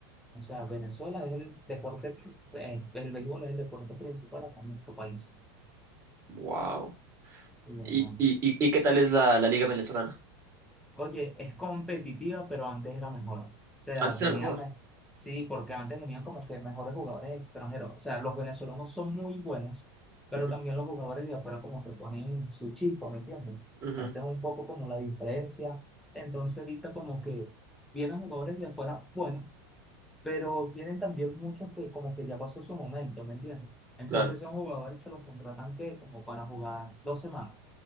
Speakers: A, in the centre; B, on the right.
A: O sea, Venezuela es el deporte, eh, el béisbol es el deporte principal acá en nuestro país.
B: Wow.
A: Sí, hermano.
B: ¿Y, y, y, y qué tal es la, la liga venezolana?
A: Oye, es competitiva, pero antes era mejor. O sea,
B: Antes
A: venían,
B: era mejor.
A: me- sí, porque antes venían como que mejores jugadores extranjeros. O sea, los venezolanos son muy buenos, pero
B: Ujú,
A: también los jugadores de afuera como que ponen su chispa, ¿me entiendes?
B: ujú,
A: Hacen un poco como la diferencia. Entonces ahorita como que vienen jugadores de afuera buenos, pero vienen también muchos que como que ya pasó su momento, ¿me entiendes? Entonces
B: claro.
A: son jugadores que los contratan que como para jugar dos semanas.